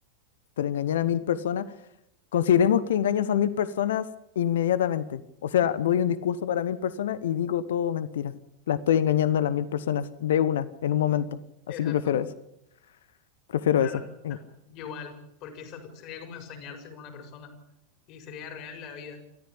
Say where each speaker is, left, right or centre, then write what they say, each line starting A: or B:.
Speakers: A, on the left; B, on the left.
A: Pero engañar a mil personas, consideremos que engañas a mil personas inmediatamente. O sea, doy un discurso para mil personas y digo todo mentira. La estoy engañando a las mil personas de una, en un momento. Así
B: Exacto.
A: que prefiero eso. Prefiero
B: Buena
A: esa.
B: respuesta.
A: En-
B: Yo igual, porque esa sería como ensañarse con una persona y sería arruinarle la vida.